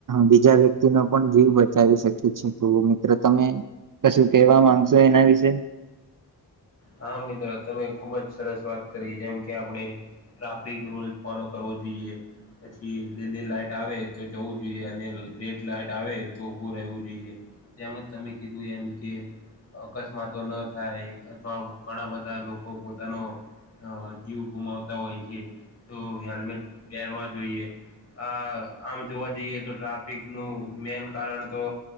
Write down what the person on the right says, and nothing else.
બીજા વ્યક્તિ નો પણ જીવ બચાવી શકીીએ. તો મિત્ર તમે કશું કેવા માંગશો એના વિશે